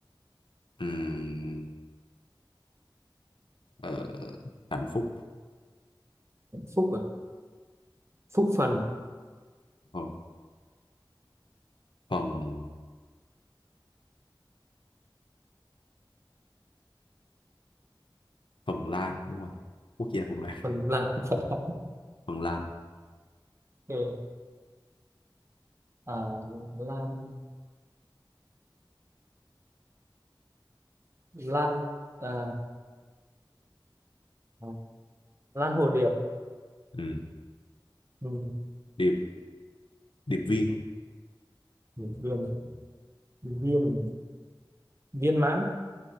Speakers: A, on the left; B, on the right.
A: Ừm, ờ, hạnh phúc
B: phúc à phúc phần
A: ờ, phần Phần Lan đúng rồi quốc gia Phần Lan
B: phần là Phật <laughs> học
A: <laughs> Phần Lan
B: ừ. à, lan lan à, à, lan hồ điệp
A: Ừm,
B: ừ.
A: điệp điệp viên
B: viên viên viên mãn